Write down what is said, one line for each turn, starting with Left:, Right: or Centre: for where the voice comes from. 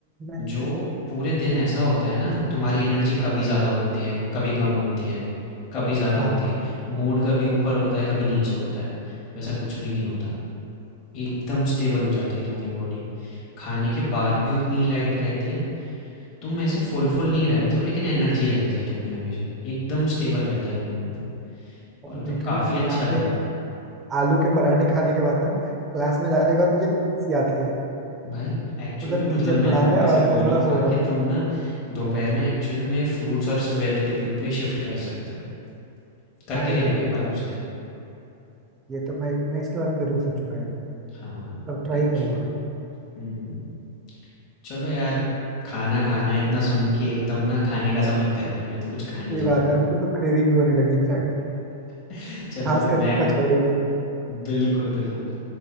Right: मैं
Left: जो पूरे दिन ऐसा होता है ना तुम्हारी एनर्जी कभी ज्यादा होती है कभी कम होती है कभी ज्यादा
Right: हाँ
Left: होती है मूड कभी ऊपर होता है कभी नीचे होता है वैसा कुछ भी नहीं होता एकदम स्टेबल हो जाती है तुम्हारी बॉडी खाने के बाद भी उतनी लाइट रहती है तुम ऐसे फुल फुल नहीं रहते हो लेकिन एनर्जी रहती है तुम में हमेशा एकदम स्टेबल रहता है मूड भी और मतलब
Right: लिटरली
Left: काफी
Right: मैं
Left: अच्छा
Right: यहाँ
Left: लगा
Right: पे आलू के पराठे खाने के बाद ना क्लास में जाने के बाद मुझे नींद सी आती है
Left: भाई एक्चुअल
Right: मतलब
Left: में मतलब
Right: टीचर
Left: मैं
Right: पढ़ा
Left: तुमको
Right: रहा
Left: ऐसा
Right: है और मैं
Left: बोलूँगा
Right: थोड़ा सो रहा
Left: कि
Right: हूँ
Left: तुम ना दोपहर में एक्चुअल में फ्रूट्स और वेजिटेबल पे शिफ्ट कर सकते हो करके
Right: हाँ
Left: देखो
Right: यार
Left: एक
Right: ये
Left: बार
Right: तो है
Left: कुछ दिन
Right: ये तो मैं मैं इसके बारे में जरूर सोचूंगा यार
Left: हाँ
Right: और ट्राई
Left: एक्चुअल
Right: करूंगा
Left: हम्म हम्म। चलो यार खाना खाना इतना सुन के एकदम ना खाने का सा मन कर गया मैं तो कुछ खाने
Right: ये
Left: जा
Right: बात
Left: रहा हूँ
Right: है यार मुझे तो क्रेविंग भी होने लगी इनफैक्ट
Left: <laughs> चलो
Right: खास
Left: फिर
Right: करके
Left: मैं ना
Right: कचौड़ी की
Left: बिल्कुल बिल्कुल